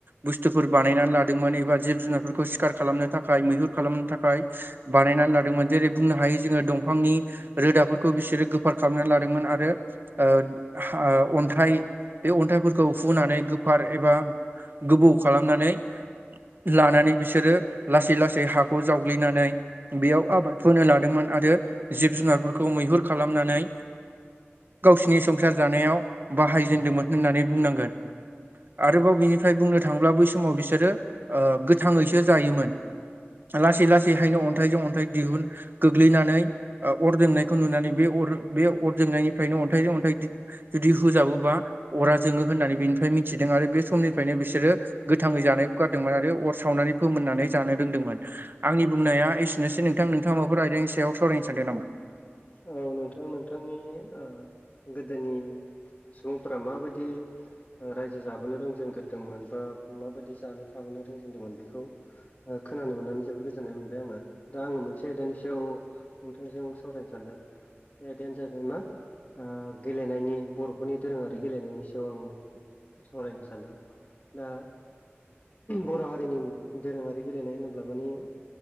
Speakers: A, on the right (about 50°); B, on the left (about 35°).
A: बुस्थुफोर बानायनानै लादोंमोन एबा जिब जुनारफोरखौ सिखार खालामनो थाखाय मैहुर खालामनो थाखाय बानायनानै लादोंमोन जेरै बुंनो हायो जोङो दंफांनि रोदाफोरखौ बिसोरो गोफार खालामनानै लादोंमोन आरो ओ अन्थाइ। बे अन्थाइफोरखौ फुनानै गोफार एबा गोबौ खालामनानै लानानै बिसोरो लासै लासै हाखौ जावग्लिनानै। बेयाव आबाद फोनो लादोंमोन आरो जिब जुनारफोरखौ मैहुर खालामनानै। गावसोरनि संसार जानायाव बाहायजेनदोंमोन होननानै बुंनांगोन। आरोबाव बिनिफ्राय बुंनो थाङोला बै समाव बिसोरो ओ गोथाङैसो जायोमोन। लासै लासैहायनो अन्थाइजों अन्थाइ दिहुन गोग्लैनानै। अर जोंनायखौ नुनानै बे अ बे अर जोंनायनिफ्रायनो अन्थाइजों अन्थाइ। जुदि होुजाबोबा अरा जोङो होननानै बिनिफ्राय मिथिदों आरो बे समनिफ्रायनो बिसोरो। गोथाङै जानाय गारदोंमोन आरो अर सावनानै फोमोननानै जानो रोंदोंमोन आंनि बुंनाया एसे एसेनोसै नोंथां। नोंथांआ माबाफोर आयदानि सायाव सावरायनो सानदों नामा?
B: औ नोंथां नोंथांनि ओ गोदोनि- सुबुंफोरा माबायदि रायजो जाबोनो रोंजेनग्रोदोंमोन बा माबायदि जानो थाबोनो। बे खोनानो मोननानै जोबोर गो गोजोननाय मोनबाय आङो दा आङो मोनसे आयदानि सायाव नोंथांजों सावरायनो सानदों। बे आयदायानो जाहैबाय मा ओ गेलेनायनि बर'फोरनि दोरोङारि गेलेनायनि सायाव आं सावरायनो सानदों दा। बर' हारिनि दोरोङारि गेलेनाय होनोब्ला माने।